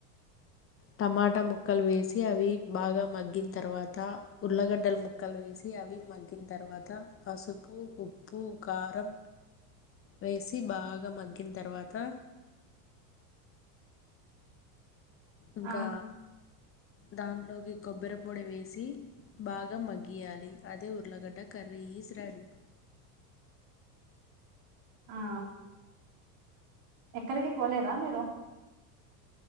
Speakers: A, on the left; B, on the right.
A: టమాటా ముక్కలు వేసి అవి బాగా మగ్గిన తర్వాత ఉల్లగడ్డలు ముక్కలు వేసి అవి మగ్గిన తర్వాత పసుపు ఉప్పు ఉప్పు కారం వేసి బాగా మగ్గిన తర్వాత ఇంకా
B: ఆ
A: దాంట్లోకి కొబ్బరి పొడి వేసి బాగా మగ్గియాలి అదే ఉర్లగడ్డ కరీ ఇస్ రెడీ
B: ఆ ఎక్కడికి పోలేదా మీరు